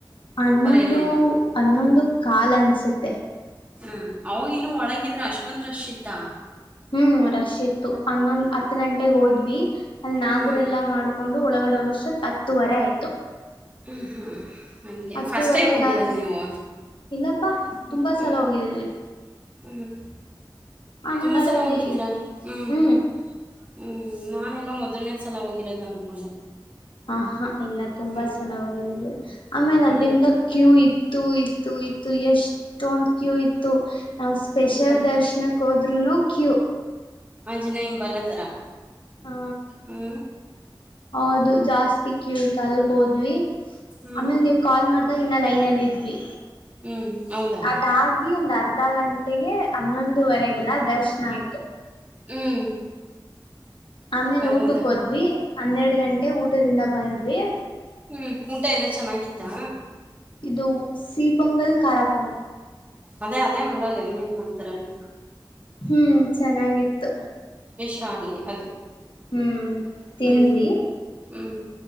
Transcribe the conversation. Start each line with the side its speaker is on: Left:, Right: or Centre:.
Left: ಹನ್ನೊಂದು
Right: ಅಲ್ಲೇನೋ?
Left: ಹನ್ನೊಂದು ಕಾಲ್ ಅನ್ಸುತ್ತೆ
Right: ಹ್ಮ ಅವಗ ಇನ್ನು ಒಳಗಿದ್ರ ಅಷ್ಟೊಂದ್ ರಶ್ ಇತ್ತಾ
Left: ಹ್ಮ್ ರಶ್ ಇತ್ತು ಹನ್ನೊಂದ್ ಹತ್ತು ಗಂಟೆಗ್ ಹೋದ್ವಿ ಅಲ್ಲಿ ನಾಗರೆಲ್ಲಾ
Right: ಹ್ಮ್.
Left: ಮಾಡ್ಕೊಂಡು ಒಳಗಡೆೋಗಷ್ಟತ್ ಹತ್ತುವರೆ ಆಯ್ತು
Right: ಹ್ಮ್ ಹ್ಮ್ ಹಂಗೆ
Left: ಹತ್ತುವರೆಗ
Right: ಫಸ್ಟ್ ಟೈಮ್ ಹೋಗಿರೋದು ನೀವು
Left: ಇಲ್ಲಪ್ಪಾ
Right: ಹ್ಞೂ
Left: ತುಂಬಾ ಸಲ ಹೋಗಿದೀವಿ
Right: ಹ್ಮ್
Left: ಆಮೇಲೆ
Right: ತುಂಬ ಸಲ
Left: ಅಲ್ಲಿ
Right: ಹೋಗಿದ್ದೀರಾ? ಹ್ಮ್,
Left: ಹೂ
Right: ಹ್ಮ್ ನಾನೆಲ್ಲೋ ಮೊದಲನೇ ಸಲ ಹೋಗಿರೋದು ಅಂದ್ಕೊಂಡೆ
Left: ಹ ಹಾ ಇಲ್ಲ ತುಂಬಾ
Right: ಹ್ಮ್,
Left: ಸಲಾ ಹೋಗಿದೀವಿ ಆಮೇಲೆ
Right: ಹ್ಮ್.
Left: ಅಲ್ಲಿಂದ ಕ್ಯೂ ಇತ್ತು ಇತ್ತು ಇತ್ತು ಎಷ್ಟೊಂದ ಕ್ಯೂ ಇತ್ತು ನಾವು ಸ್ಪೆಷಲ್
Right: ಹೌದಾ?
Left: ದರ್ಶನಕ್ಕೆ ಹೋದ್ನು ಕ್ಯೂ
Right: ಆಂಜನಯನ್ ಬಲತಾರ
Left: ಹಾ
Right: ಹ
Left: ಹೌದು ಜಾಸ್ತಿ ಕ್ಯೂ ಇತ್ತು ಅಲ್ಗ ಹೋದ್ವಿ
Right: ಹ್ಮ್,
Left: ಆಮೇಲ್ ನೀವು ಕಾಲ್ ಮಾಡ್ದಾಗ ಇನ್ನ ಲೈನ್ ಅಲ್ಲಿ ಇದ್ವಿ
Right: ಹ್ಮ್. ಹೌದಾ?
Left: ಅದಾಗಿ ಒಂದ್ ಅರ್ಧ ಗಂಟೆಗೆ ಹನ್ನೊಂದುವರೆಗೆಲ್ಲ ದರ್ಶನ ಆಯ್ತು
Right: ಹ್ಮ್
Left: ಆಮೇಲೆ
Right: ಹೌದಾ?
Left: ಊಟಕ್ಕೆ ಹೋದ್ವಿ ಹನ್ನೆರಡು ಗಂಟೆ ಊಟದಿಂದ ಬಂದ್ವಿ
Right: ಹ್ಮ್ ಊಟ ಎಲ್ಲ ಚೆನ್ನಾಗಿತ್ತಾ
Left: ಇದು ಸೀಪೊಂಗಲ್ ಖಾರಾಪೊಂಗಲ್
Right: ಅದೇ ಅದೇ ಮಾಡೋದು ಇನ್ನೇನ್ ಮಾಡ್ತಾರಲ್ಲಿ
Left: ಹ್ಮ್ ಚೆನ್ನಾಗಿತ್ತು
Right: ಶಾಲಿ ಅದು
Left: ಹ್ಮ್ ತಿಂದವಿ
Right: ಹ್ಮ್ ಹ್ಮ್